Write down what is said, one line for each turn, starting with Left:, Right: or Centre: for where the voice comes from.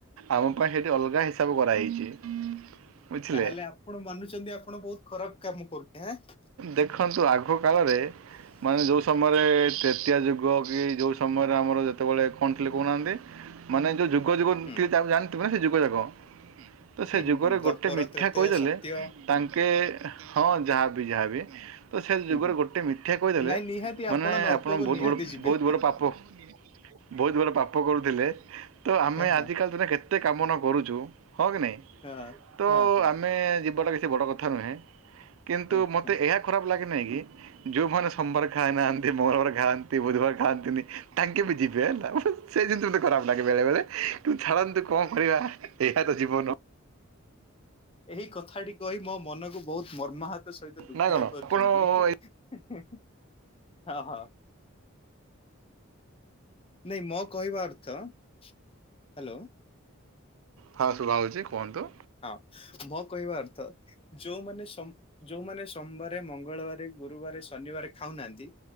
Right: ଆମ ପାଇଁ ସେଇଠି ଅଲଗା ହିସାବ କରାହେଇଛି ବୁଝିଲେ
Left: ତାହେଲେ ଆପଣ ମାନୁଛନ୍ତି ଆପଣ ବହୁତ ଖରାପ କାମ କରୁଚେ ଆଁ।
Right: ଦେଖ ଦେଖନ୍ତୁ ଆଗ କାଳରେ ମାନେ ଯେଉଁ ସମୟରେ ତେତେୟା ଯୁଗ କି ଯେଉଁ ସମୟରେ ଆମର ଯେତେବେଳେ କଣ ଥିଲେ କହୁନାହାଁନ୍ତି? ମାନେ ଯୋଉ ଯୁଗ ଯୁଗ
Left: ହୁଁ
Right: ଟିକେ ଜାଣିଥିବେ ନା ସେ ଯୁଗ ଯାକ ତ ସେ
Left: ହୁଁ
Right: ଯୁଗରେ
Left: ହୁଁ ଦ୍ୱାପର
Right: ଗୋଟେ ଗୋଟେ ମିଥ୍ୟା
Left: ତ୍ରେତେୟା
Right: କହିଦେଲେ
Left: ସତ୍ୟ ହଁ
Right: ତାଙ୍କେ ହଁ ଯାହାବି ଯାହାବି ତ ସେ
Left: ହୁଁ
Right: ଯୁଗରେ
Left: ହୁଁ।
Right: ଗୋଟେ ମିଥ୍ୟା କହିଦେଲେ
Left: ନାଇଁ ନିହାତି
Right: ମାନେ
Left: ନର୍କକୁ
Right: ଆପଣ ବହୁତ
Left: ନିହାତି
Right: ବଡ଼
Left: ଯିବେ।
Right: ବହୁତ ବଡ଼ ପାପ ବହୁତ ବଡ଼ ପାପ କରୁଥିଲେ ତ ଆମେ
Left: ହଁ ହଁ
Right: ଆଜିକାଲି ଦିନରେ କେତେ କାମ ନ କରୁଛୁ ହଁ କି ନାହିଁ?
Left: ହଁ।
Right: ତ
Left: ହଁ ହଁ
Right: ଆମେ ଯିବାଟା କିଛି ବଡ଼ କଥା ନୁହେଁ କିନ୍ତୁ
Left: ହଁ
Right: ମତେ
Left: ହଁ।
Right: ଏହା ଖରାପ୍ ଲାଗେ ନାହିଁ କି ଯୋଉମାନେ ସୋମବାର ଖାାଇନାହା ମଙ୍ଗରବାର ଖାଆନ୍ତି ବୁଧବାର ଖାଆନ୍ତିନି ତାଙ୍କେ ବି ଯିବେ ହେଲା ସେ ଜିନିଷ ଟେ ଖରାପ୍ ଲାଗେ ବେଳେ ବେଳେ ଛାଡ଼ନ୍ତୁ କଣ କରିବା ଏହା ତ ଜୀବନ।
Left: ଏହି କଥାଟି କହି ମୋ ମନକୁ ବହୁତ ମର୍ମାହତ ସହିତ ଦୁଃଖିତ
Right: ନା କ'ଣ
Left: କରିଛନ୍ତି
Right: ଆପଣ
Left: ଏ ହ। ନାଇଁ ମୋ କହିବା ଅର୍ଥ ହାଲୋ।
Right: ହଁ ଶୁଭା ହଉଚି କୁହନ୍ତୁ?
Left: ହଁ ମୋ କହିବା ଅର୍ଥ ଯୋଉମାନେ ସମ୍ ଯୋଉମାନେ ସମ୍ବାରେ ମଙ୍ଗଳବାରେ ଗୁରୁବାରେ ଶନିବାରେ ଖାଉନାହାନ୍ତି